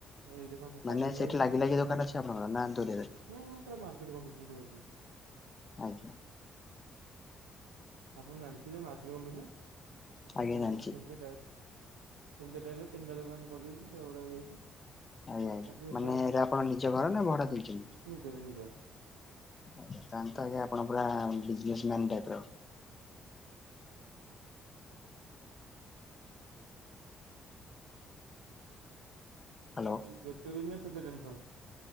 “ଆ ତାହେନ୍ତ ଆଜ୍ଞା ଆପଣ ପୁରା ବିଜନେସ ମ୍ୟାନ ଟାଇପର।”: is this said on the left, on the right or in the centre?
Left